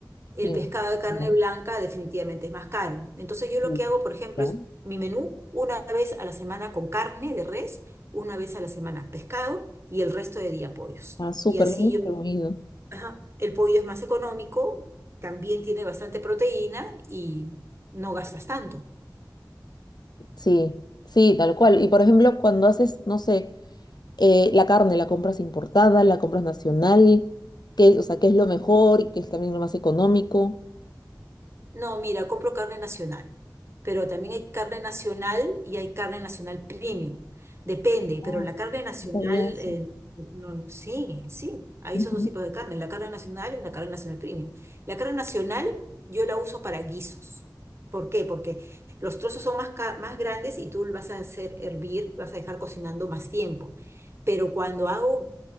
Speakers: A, on the right; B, on the left.
A: El
B: Dime.
A: pescado de carne blanca definitivamente es más caro. Entonces yo lo
B: Mm.
A: que hago, por ejemplo,
B: Ya.
A: es mi menú una vez a la semana con carne de res, una vez a la semana pescado y el resto de día pollos.
B: Ah, súper
A: Y así
B: bien
A: yo
B: distribuido.
A: Ajá, El pollo es más económico, también tiene bastante proteína y no gastas tanto.
B: Sí, sí, tal cual. Y por ejemplo, cuando haces, no sé, eh, la carne, la compras importada, la compras nacional, qué o sea, qué es lo mejor y qué es también lo más económico.
A: No, mira, compro carne nacional, pero también hay carne nacional y hay carne nacional premium. Depende,
B: Ah,
A: pero la carne nacional,
B: no sabía eso.
A: eh, no- no, sí, sí, hay
B: Ujú,
A: esos dos tipos de carne, la carne nacional y la carne nacional premium. La carne nacional yo la uso para guisos. ¿Por qué? Porque los trozos son más, ca- más grandes y tú lo vas a hacer hervir, vas a dejar cocinando más tiempo. Pero cuando hago